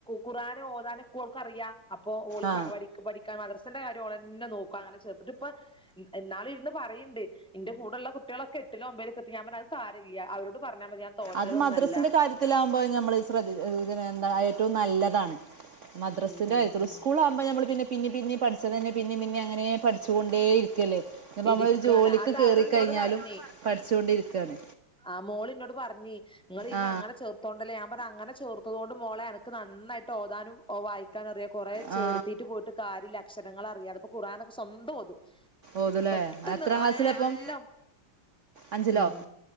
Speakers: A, in the centre; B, on the right.
A: ഖുർആനോതാനൊക്ക ഓൾക്കറിയ അപ്പൊ ഓള്
B: ആ
A: പ പഠി പഠിക്കാം മദ്റസിന്റെ കാര്യംഓളെന്നെ നോക്കു അങ്ങനെ ചേർത്തിട്ട്. ഇപ്പം ന്നാളിര്ന്ന് പറയ്ണ്ട് ഇന്റെ കൂടെള്ള കുട്ടികളക്കെ എട്ടിലോ ഒമ്പേലൊക്കെ എത്തി ഞാൻ പറഞ്ഞു അത് സാരല്ല്യ അവരോട് പറഞ്ഞാ മതി തോറ്റതൊന്നല്ല
B: അത് മദ്രസിന്റെ കാര്യത്തിലാകുമ്പോ ഞമ്മള് ശ്രദ്ധി പിന്നെ എന്താ ഏറ്റവും നല്ലതാണ്. മദ്രാസിന്റെ
A: ഉം ഉം
B: എതിറ്
A: ഉം
B: സ്കൂളാ പ്പ നമ്മള് പിന്നിം പിന്നിം പിന്നിം പഠിച്ചതന്നേ പിന്നിം പിന്നിം അങ്ങനേ പഠിച്ചുകൊണ്ടേ ഇരിക്കല്ലേ? ഇപ്പോ നമ്മളൊരു
A: ഇരിക്കാണ്
B: ജോലിക്ക്
A: ആട്ട്
B: കേറി
A: അവള് ഇന്നോട്
B: കഴിഞ്ഞാലും
A: പറഞ്ഞ്
B: പഠിച്ചോണ്ടിരിക്കാണ്.
A: ആ മോള് ഇന്നോട് പറഞ്ഞേയ്. ഇങ്ങള് ഇന്ന
B: ആ
A: അങ്ങനെ ചേർത്തോണ്ടല്ലേ ഞാൻ പറ അങ്ങനെ ചേർത്തതോണ്ട് മോളെ അനക്ക് നന്നായി ട്ടോഓതാനും ഓ വായിക്കാനറിയാം കുറേ
B: ആ
A: ചേർത്തീട്ട് പോയിട്ട് കാര്യല്ല അക്ഷരങ്ങളറിയാതപ്പൊ ഖുർആനൊക്കെ സ്വന്തം ഓതും.
B: ഓതല്ലേ
A: പെട്ടെന്ന്
B: എത്രാം
A: ആയേ
B: ക്ലാസ്സിലപ്പം
A: എല്ലാം
B: അഞ്ചിലോ
A: ം